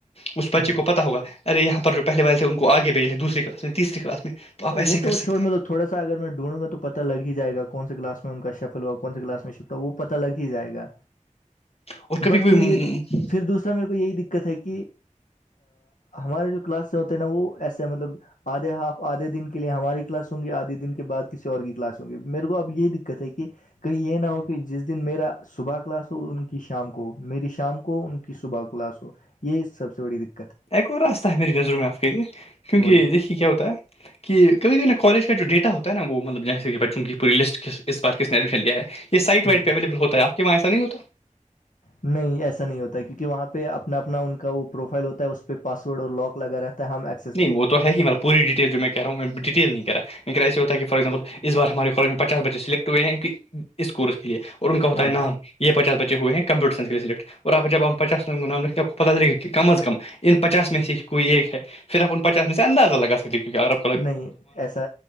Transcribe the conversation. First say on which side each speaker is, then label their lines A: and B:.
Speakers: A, on the left (about 50°); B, on the left (about 75°).
A: اس بچے
B: ہ
A: کو پتا ہوگا ار یہاں پر جو پہلے والے تھے ان کو آگے بھیجے دوسری کلاس میں تسری کلاس میں آپ
B: وہ
A: ایسے
B: تو
A: کر
B: چھوڑ
A: سکتے
B: مطلب
A: ہیں
B: تھوڑا سا اگر میں ڈھونوں گا توتا لگ جائے گا کون سے کلاس میں ان کا شفل ہوا کون سے کلاس میں شل تو وہ پتا لگ ہی جائے گا
A: اور کبھی
B: بٹ
A: کبھی
B: پھر یہ پھر دوسرا میرے کو یہی د ہے کہ ہمارے جو کلاس ہوتے ہیں نا وہ ایسے مطلب آدھے ہاف آھے دن کے لیے ہماری کلاس ہوںگی آدھے دن کے بعد کسی اور کی کلاس ہوں گی میرے کو اب یہ دقت ہے کہ کہیں یہ نہ ہو کہ جس دن میرا صبح کلاس ہو ان کی شام کو ہو میری شام کو ان کی صبح کو کلاس ہو یہ سب سے بڑی دت
A: ایک اور راستہ ہے میری نظروں میں آپ کے لیے کیوںک
B: بولی
A: دیکھیے کیا ہوتا ہے کہ کبھی بھیھی نا کالج کا جو ڈیا ہوتا ہے نا وہ مطلب جیسے کہ بچوں کی پوری لسٹ اس بار کس نے ایڈمیشن لیا ہے یہ سائٹ
B: ہوں
A: وائڈہ اولیبل ہوتا ہےپ کے وہاں ایسا نہیں ہوتا
B: نہیں ایسا نہیں ہوتا ہے کیونکہ وہاں پہ اپنا اپنا ان کا وہ پروفائل ہوتا ہے اس پہ پاسورڈ اور لاک لگا رہتا ہے ہم ایکس
A: نہیں وہ تو ہے ہی مب پوری ڈیٹیل جو میں رہا ہ میں ڈیٹیل نہیں کر رہا م ایسا ہوتا کہ فارزامپل اس بار ہمارے کالج میں پاس بچے سلیکٹ ہوئے ہیں کہ اس کورس کے لیے اور ان کا ہوتا
B: ہاں
A: ہے نام یہ پچاس بچے ہوئے ہیں کمپیوٹر سائنس لیے سلیکٹ اور آپ جب ہم پچاس لوگوں کا نام لکھتے ہیں آپ کو پتا چلے گا کہ کم از کم ان پچاس میں سے ہی کوئی ایک ہے پرحن پچس اس انداز الگ سونہ
B: نہیں ایسا